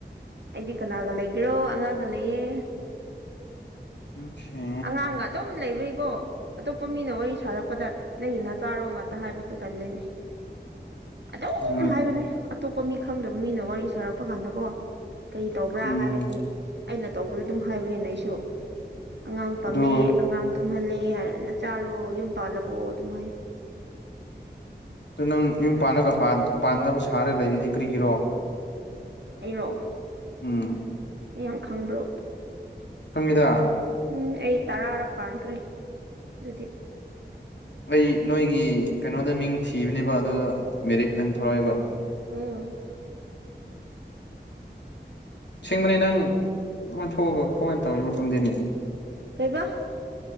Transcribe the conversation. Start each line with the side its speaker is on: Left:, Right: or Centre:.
Right: ꯑꯩꯗꯤ ꯀꯅꯥꯒ ꯂꯩꯒꯦꯔꯣ ꯑꯉꯥꯡꯒ ꯂꯩꯌꯦ
Left: ꯁꯦ
Right: ꯑꯉꯥꯡꯒ ꯑꯗꯨꯝ ꯂꯩꯕꯩꯀꯣ ꯑꯇꯣꯞꯄ ꯃꯤꯅ ꯋꯥꯔꯤ ꯁꯥꯔꯛꯄꯗ ꯅꯪꯒꯤ ꯅ ꯆꯥꯔꯣ ꯉꯥꯛꯇ ꯍꯥꯏꯕꯗꯨ ꯇꯜꯂꯤꯅꯦ ꯑꯗꯨꯝ
Left: ꯑꯗꯨ
Right: ꯍꯥꯏꯕꯅꯦ ꯑꯇꯣꯞꯄ ꯃꯤ ꯈꯪꯗꯕ ꯃꯤꯅ ꯋꯥꯔꯤ ꯁꯥꯔꯛꯄ ꯀꯥꯟꯗꯀꯣ ꯀꯔꯤ ꯇꯧꯕ꯭ꯔꯥ
Left: ꯎꯝ
Right: ꯍꯥꯏꯔꯗꯤ ꯑꯩꯅ ꯇꯧꯕꯗ ꯑꯗꯨꯝ ꯍꯥꯏꯕꯅꯦꯅ ꯑꯩꯁꯨ ꯑꯉꯥꯡ ꯄꯝꯃꯦ
Left: ꯑꯗꯨ
Right: ꯑꯉꯥꯡ ꯇꯨꯝꯍꯜꯂꯦ <unintelligible> ꯅꯆꯥꯔꯣ ꯌꯨꯝ ꯄꯥꯜꯂꯕꯣ ꯑꯗꯨꯝ ꯍꯥꯏ
Left: ꯑꯗꯨ ꯅꯪ ꯌꯨꯝ ꯄꯥꯜꯂꯒ ꯄꯥꯟꯗꯕ ꯁꯥꯔ ꯂꯩꯔꯤꯗꯤ ꯀꯔꯤꯒꯤꯔꯣ
Right: ꯑꯩꯔꯣ
Left: ꯎꯝ
Right: ꯅꯪꯌꯥꯝ ꯈꯪꯕ꯭ꯔꯣ
Left: ꯁꯃꯤꯗꯥ
Right: ꯎꯝ ꯑꯩ ꯇꯔꯥꯔꯛ ꯄꯥꯟꯈ꯭ꯔꯦ ꯑꯗꯨꯗꯤ
Left: ꯑꯩ ꯅꯣꯏꯒꯤ ꯀꯩꯅꯣꯗ ꯃꯤꯡ ꯊꯤꯕꯅꯦꯕ ꯑꯗꯨ ꯃꯦꯔꯤꯠ ꯍꯥꯏꯅ ꯊꯣꯔꯛꯑꯏꯕ
Right: ꯎꯝ
Left: ꯁꯤꯡꯕꯅꯦ ꯅꯪ ꯑꯗꯨꯉꯥꯏꯅ ꯊꯣꯛꯑꯒ ꯀꯃꯥꯏꯅ ꯇꯧꯔꯤꯕ ꯃꯐꯝꯗꯨꯅꯤ
Right: ꯀꯩꯕ